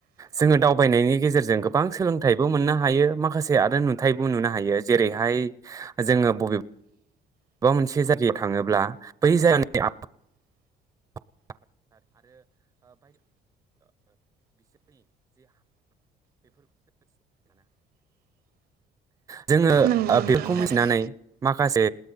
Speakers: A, on the right; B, on the right.
A: जोङो दावबायनायनि गेजेरजों गोबां सोलोंथाइबो मोननो हायो माखासे आरो नुथायबो नुनो हायो जेरैहाय जोङो बबे बा मोनसे जायगायाव थाङोब्ला बै जायगानि <unintelligible> जोङो
B: नंगौ
A: आ
B: नोंथां
A: बेफोरखौ
B: थारैनो
A: मिथिनानै माखासे